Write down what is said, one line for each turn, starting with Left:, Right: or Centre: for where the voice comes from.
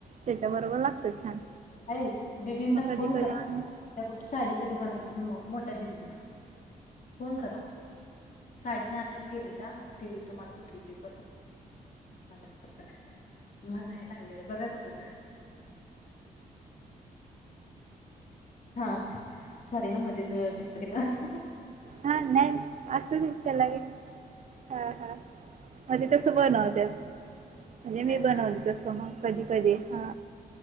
Right: त्याच्या बरोबर लागतय छान.
Left: ऐ दिदींना
Right: मग कधी
Left: फोन
Right: कधी
Left: करा
Right: आम्ही
Left: त्या कुठ साडीच्या दुकान म मोठ्या दिदींना फोन करा साडी आनायला गेले का मग ते तुम्हाला कुठली बी पसंत <inaudible> म्हणा लागलेलं बघाच वर हा सॉरी हा मध्येच डिस्ट केलस
Right: हा नाही असू दे त्याला काय हा हा म्हणजे तसं बनवत्यात म्हणजे मी
Left: अच्छा
Right: बनवली तस मग कधी कधी हा